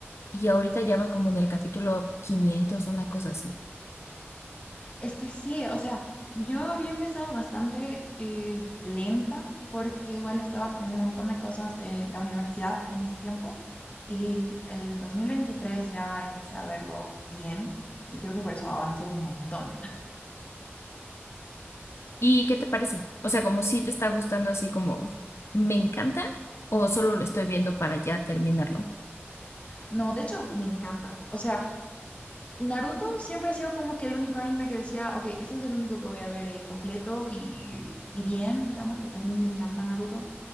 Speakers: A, on the left; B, on the left.
A: Y ahorita ya va como en el capítulo quinientos una cosa así.
B: Es que sí, o sea, yo había empezado bastante eh, lenta porque igual estaba con un montón de cosas de la universidad en ese tiempo y el 2023 ya empecé a verlo bien y creo que por eso avancé un montón.
A: ¿Y qué te parece? O sea, como si te está gustando así como me encanta o solo lo estoy viendo para ya terminarlo.
B: No, de hecho, me encanta. O sea... Naruto siempre ha sido como que el único anime que decía, ok, este es el único que voy a ver eh, completo y, y bien, digamos, porque a mí me encanta Naruto